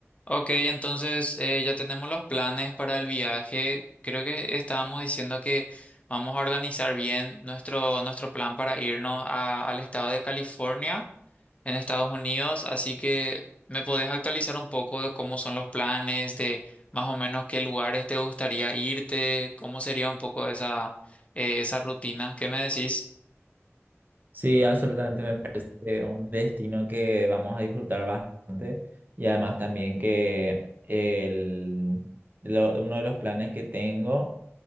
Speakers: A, on the left; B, on the right.
A: Ok, entonces eh, ya tenemos los planes para el viaje. Creo que estábamos diciendo que vamos a organizar bien nuestro, nuestro plan para irnos a- al estado de California, en Estados Unidos. Así que me podés actualizar un poco de cómo son los planes, de más o menos qué lugares te gustaría irte, cómo sería un poco esa, eh, esa rutina. ¿Qué me decís?
B: Sí, absolutamente me parece un destino que vamos a disfrutar bastante y además también que el, lo- uno de los planes que tengo